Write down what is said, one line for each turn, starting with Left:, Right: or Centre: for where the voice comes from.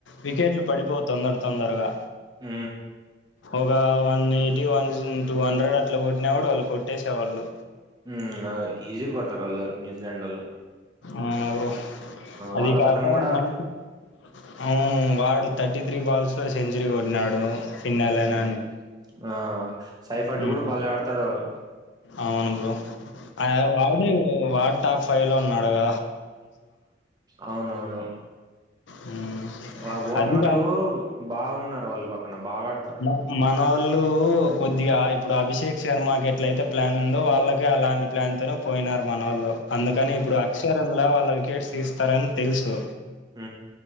Left: వికెట్లు పడిపోతున్నడత్ తొందరగా
Right: హ
Left: ఒక one eighty one two hundred అట్లా కొట్టిన కూడా వాళ్ళు కొట్టేసేవాళ్ళు
Right: ఉమ్ హ ఈజిగా కొడతారు అల్ న్యూజిలండ్ ఒళ్ళు
Left: ఆయన ఎవ్వరు అది
Right: వాళ్ళ
Left: గాక
Right: పక్కన కూడా
Left: మనిషి అవును వాడు థర్టీ తు త్రీ బాల్స్ లో సెంచరీ కొట్టినాడు ఫిన్నెలన్
Right: ఉ
Left: అని.
Right: ఆ సైఫట్
Left: హ్మ్.
Right: కూడా బళ్లే ఆడతాడు ఇవ్వాళ
Left: అవును బ్రో ఆయా వావ్ దేవు వా టాప్ ఫైవ్లో ఉన్నాడుగాద
Right: అవును అవును
Left: హ్మ్.
Right: వ ఓపెనర్లు
Left: అది కాక
Right: బాగున్నారు వాళ్ళ పక్కన బాగా ఆడ్
Left: మా మా మనవాళ్ళు కొద్దిగా ఇప్పుడు అభిషేక్ శర్మకి ఎట్లయితే ప్లాన్ ఉందో వాళ్ళకే అలాంటి ప్లాన్ తోనే పోయినారు మన ఒళ్లు అందుకని ఇప్పుడు అక్షరన్ లో వాళ్ళ వికెట్స్ తీస్తారని తెలుసు
Right: ఉ